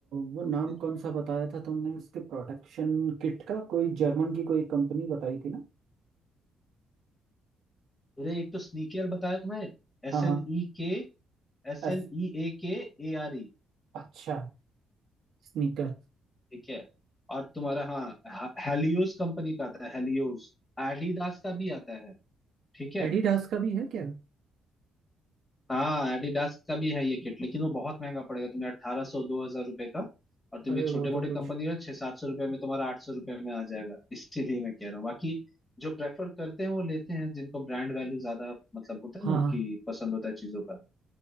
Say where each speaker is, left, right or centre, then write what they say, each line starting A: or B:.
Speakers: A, on the right; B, on the left.
A: वो
B: नहीं
A: नाम कौन सा बताया था तुमने इसके प्रोटेक्शन किट का कोई जर्मन की कोई कंपनी बताई थी ना
B: अरे एक तो स्नीकर बताया तुम्हें S
A: हाँ हाँ
B: N E K S
A: एस
B: N E A K A R E
A: अच्छा स्नीकर
B: ठीक है और तुम्हारा हाँ हेलियोस कंपनी का आता है हेलियोस एडिडास का भी आता है ठीक है
A: एडिडास का भी है क्या
B: हाँ एडिडास का भी है ये किट लेकिन वो बहुत महंगा पड़ेगा तुम्हें अट्ठारह सौ दो हजार रुपये का और तुम
A: अरे
B: ये छोटे
A: वो
B: मोटे
A: तो
B: कंपनी
A: कुछ
B: का छह सात सौ रुपये में तुम्हारा आठ सौ रुपये में आ जाएगा इसीलिए मैं कह रहा हूँ बाकी जो प्रेफर करते हैं वो लेते हैं जिनको ब्रांड वैल्यू ज्यादा मतलब होता है
A: हाँ
B: ना
A: हाँ
B: कि पसंद होता है चीजों का